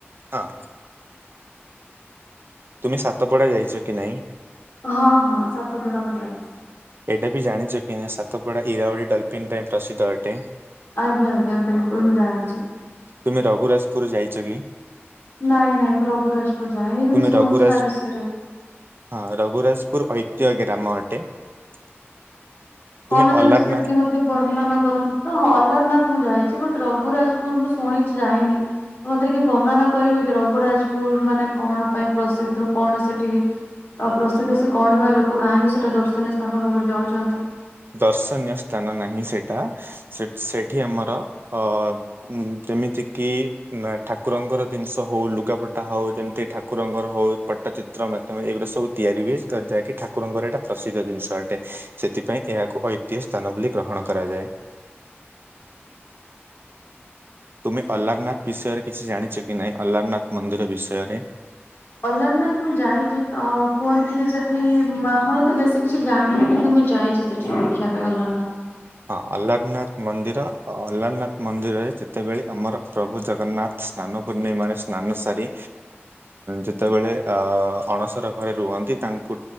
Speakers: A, on the right; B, on the left.
A: ହଁ। ତୁମେ ସାତପଡା ଯାଇଚ କି ନାଇଁ?
B: ହଁ ହଁ ସାତପଡା ମୁଁ ଜାଣିଚି।
A: ଏଇଟା ବି ଜାଣିଚ କି ନା ସାତପଡା ଇରାଉଡି ଡଲଫିିନ୍ ପାଇଁ ପ୍ରସିଦ୍ଧ ଅଟେ।
B: ଆଜ୍ଞା ଆଜ୍ଞା ବିଲ୍ କୁଲ୍ ମଁ ଜାଣଚି।
A: ତୁମେ ରଘୁରାଜପୁର ଯାଇଚ କି?
B: ନାଇଁ ନାଇ ମୁଁ ରଘୁରାଜପୁର ଯାଇନି କିନ୍ତୁ
A: ତୁମେ
B: ଶୁଣିଚି
A: ରଘୁରାଜ
B: ତା ବିଷରେ।
A: ହଁ ରଘୁରାଜପୁର ଐତିହ୍ୟ ଗ୍ରାମ ଅଟେ। <unintelligible>
B: କଣଟା ତା
A: ଅଲାରନା
B: ବିଷୟରେ ଟିକେ ମ ସେ ବର୍ଣ୍ଣନା କରନ୍ତୁ ତଁ ଅଲ୍ଲାରନାଥ ମୁଁ ଯାଇଚି ବଟ୍ ରଘୁରାଜପୁର ମୁଁ ଶୁଣିଚି ଯାଇନି। ମତେ ଟିକେ ବର୍ଣ୍ଣନା କରିବେ କି ରଘୁରାଜପୁର ମାନେ କଣ ପାଇଁ ପ୍ରସିଦ୍ଧ କଣ ସେଠି ଆଉ ପ୍ରସିଦ୍ଧ ସେ କଣ ପାଇଁ ଲୋକ କାହିଁକି ସେଟା ଦର୍ଶନୀୟ ସ୍ଥାନ ଭାବରେ ଯାଉଚନ୍ତି।
A: ଦର୍ଶନୀୟ ସ୍ଥାନ ନାହିଁ ସେଟା ସେ-ସେଠି ଆମର ଅ ଉଁ ଯେମିତି କିି ନା ଠାକୁରଙ୍କର ଜିନିଷ ହୋଉ ଲୁଗାପ ଟା ହୋଉ ଯେମିତି ଠାକୁରଙ୍କର ହୋଉ ପଟଚିତ୍ର ମାଧ୍ୟମରେ ଏଗୁରା ସବୁ ତିଆରି ହୁଏ। ଯାହାକି ଠା କୁରଙ୍କର ଏଟା ପ୍ରସିଦ୍ଧ ଜିନିଷ ଅଟେ। ସେଥିପାଇଁ ଏହାକୁ ଐତିହ୍ୟ ସ୍ଥାନ ବୋଲି ଗ୍ରହଣ କରାଯାଏ। ତୁମେ ଅଲ୍ଲାରନାଥ ବିଷୟରେ କିଛି ଜାଣିଚ କି ନାଇଁ ଅଲ୍ଲାରନାଥ ମନ୍ଦିର ବିଷୟରେ?
B: ଅଲାରନାଥ ମୁଁ ଯାଇଛି ଆଉ କୁହନ୍ତି କି ସେଠି ମ ତ ବେଶୀ କିଛି ଜାଣିନି କିନ୍ତୁ ମୁଁ ଯାଇଛି ସେଠି ଦେଖିବା ପାଇଁ ଅଲରନାଥ
A: ହଁ ଅଲାରନାଥ ମନ୍ଦିର ଅଲାରନାଥ ମନ୍ଦିରରେ ଯେତେବେଳେ ଆମର ପ୍ରଭୁ ଜଗନ୍ନାଥ ସ୍ନାନ ପୂ୍ଣ୍ଣିମା ମାନେ ସ୍ନାନ ସାରି ଯେତେବେଳେ ଅଣସର ଘରେ ରୁହନ୍ତି ତାଙ୍କୁ